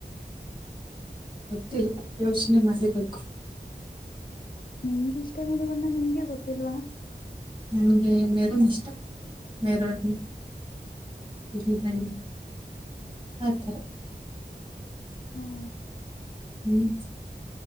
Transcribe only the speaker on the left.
ನಿಮ್ಗೆ ಇಷ್ಟವಾದ ಬಣ್ಣ ನಿಮ್ಗೆ ಗೊತ್ತಿಲ್ವಾ
ಹ್ಮ್